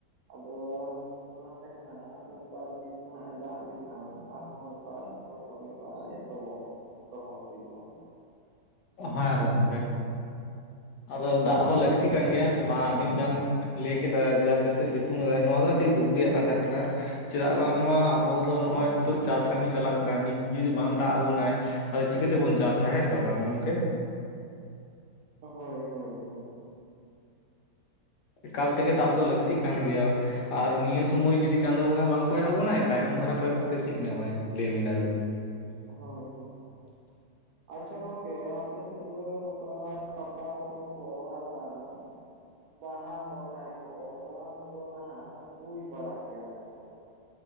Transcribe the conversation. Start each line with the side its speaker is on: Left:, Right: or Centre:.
Right: ᱟᱫᱚ ᱚᱱᱟ ᱛᱮ ᱦᱟᱸᱜ ᱱᱚᱝᱠᱟ ᱛᱤᱥ ᱱᱟᱦᱟᱜ ᱮ ᱫᱟᱜ ᱞᱮᱠᱷᱟᱱ ᱟᱨᱦᱚᱸ ᱱᱚᱝᱠᱟ ᱨᱚᱦᱚᱭ ᱠᱟᱹᱢᱤ ᱦᱚᱨᱟ ᱮᱛᱚᱦᱚᱵ ᱮᱛᱚᱦᱚᱵ ᱦᱩᱭᱩᱜ-ᱟ᱾
Left: ᱦᱮᱸ ᱜᱚᱝᱠᱮ ᱟᱫᱚ ᱫᱟᱜ ᱦᱚᱸ ᱞᱟᱹᱠ ᱛᱤ ᱠᱟᱱ ᱜᱮᱭᱟ ᱥᱮ ᱵᱟᱝ ᱟᱵᱤᱱ ᱡᱟᱦᱟᱱ ᱞᱟᱹᱭ ᱠᱮᱫᱟ ᱡᱮ ᱟᱯᱮ ᱥᱮᱫ ᱥᱤᱛᱩᱝ ᱠᱟᱫᱟᱭ ᱱᱚᱣᱟ ᱫᱚ ᱟᱹᱰᱤ ᱫᱩᱠ ᱨᱮᱭᱟᱜ ᱠᱟᱛᱷᱟ ᱠᱟᱱᱟ᱾ ᱪᱮᱫᱟᱜ ᱵᱟᱝᱢᱟ ᱟᱵᱚ ᱫᱚ ᱱᱚᱜ-ᱚᱭ ᱱᱤᱛᱳᱜ ᱪᱟᱥ ᱠᱟᱹᱢᱤ ᱪᱟᱞᱟᱜ ᱠᱟᱱᱟ ᱱᱤᱛ ᱡᱩᱫᱤ ᱵᱟᱝ ᱫᱟᱜ ᱟᱵᱚᱱᱟᱭ, ᱟᱫᱚ ᱪᱤᱠᱟᱹ ᱛᱮᱵᱚᱱ ᱪᱟᱥᱟ ᱦᱮᱸ ᱥᱮ ᱵᱟᱝ ᱜᱚᱝᱠᱮ
Right: ᱦᱳᱭ ᱦᱳᱭ ᱦᱳᱭ,
Left: ᱮᱠᱟᱞ ᱛᱮᱜᱮ ᱫᱟᱜ ᱫᱚ ᱞᱟᱹᱠᱛᱤᱜ ᱠᱟᱱ ᱜᱮᱭᱟ᱾ ᱟᱨ ᱱᱤᱭᱟᱹ ᱥᱚᱢᱚᱭ ᱡᱩᱫᱤ ᱪᱟᱸᱫᱳ ᱵᱚᱸᱜᱟ ᱵᱟᱝ ᱠᱚᱭᱚᱜ ᱟᱵᱚᱱᱟᱭ ᱛᱟᱭᱱᱚᱢ ᱫᱷᱟᱨᱟ ᱠᱚᱭᱚᱜ ᱠᱟᱛᱮᱫ ᱪᱮᱫ ᱧᱟᱢᱟᱭ ᱞᱟᱹᱭ ᱵᱤᱱ ᱟᱵᱤᱱ ᱜᱮ?
Right: ᱦᱳᱭ ᱦᱳᱭ,
Left: <unintelligible>
Right: ᱟᱪᱪᱷᱟ ᱜᱚᱝᱠᱮ ᱟᱯᱮ ᱥᱮᱫ ᱫᱚ ᱱᱚᱝᱠᱟ ᱯᱟᱛᱟ ᱯᱚᱨᱚᱵᱽ ᱠᱚ ᱟᱨ ᱵᱟᱝ ᱵᱟᱦᱟ ᱥᱚᱨᱦᱟᱭ ᱠᱚ ᱱᱚᱣᱟ ᱠᱚᱫᱚ ᱱᱟᱦᱟᱜ ᱦᱩᱭ ᱵᱟᱲᱟᱜ ᱜᱮᱭᱟ ᱥᱮ ᱵᱟᱝ?